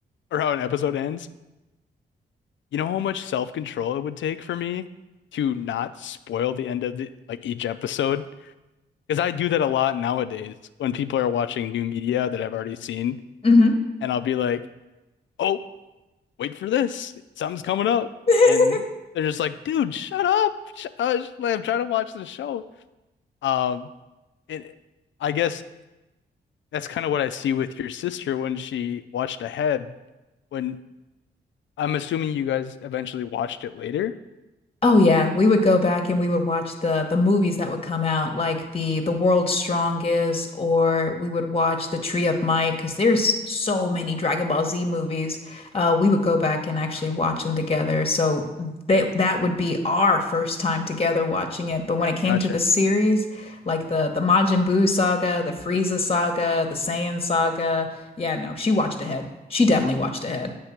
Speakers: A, on the left (about 75°); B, on the left (about 30°).
A: or how an episode ends. You know how much self-control it would take for me to not spoil the end of the like each episode? Because I do that a lot nowadays when people are watching new media that I've already seen,
B: hmm
A: and I'll be like, "Oh, wait for this. Something's coming up.
B: <laughs>
A: And they're just like, dude, shut up. Sh- uh, sh- like, I'm trying to watch the show. Um, and I guess that's kind of what I see with your sister when she watched ahead. When I'm assuming you guys eventually watched it later.
B: Oh yeah, we would go back and we would watch the the movies that would come out, like the the World's Strongest, or we would watch the Tree of Might, because there's so many Dragon Ball Z movies. Uh, we would go back and actually watch them together. So that that would be our first time together watching it. But when it came
A: Gotcha.
B: to the series, like the the Majin Buu saga, the Frieza saga, the Saiyan saga, yeah, no, she watched ahead. She definitely watched ahead.